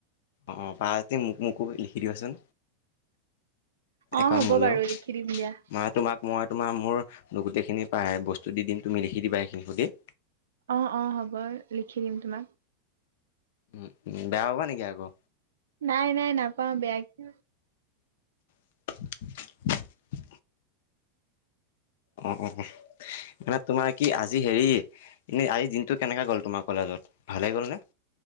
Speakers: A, on the left; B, on the right.
A: অঁ অঁ পাৰা যদি মোক মোকো লিখি দিবাচোন।
B: অ',
A: এখন
B: হ'ব
A: মোলেও
B: বাৰু লিখি দিম দিয়া।
A: মানে তোমাক মই তোমাৰ মোৰ গোটেইখি খিনি পাই বস্তু দিম তুমি লিখি দিবা সখিনি সুধি
B: অঁ অঁ হ'ব লিখি দিম তোমাক।
A: উ উ বেয়া হবা নেকি আকৌ?
B: নাই নাই নাপাওঁ বেয়া কি
A: <unintelligible> অঁ অঁ মানে তোমাৰ কি আজি হেৰি এনেই আজি দিনটো কেনেকাে গ'ল তোমাৰ কলেজ জত ভালেই গ'লনে?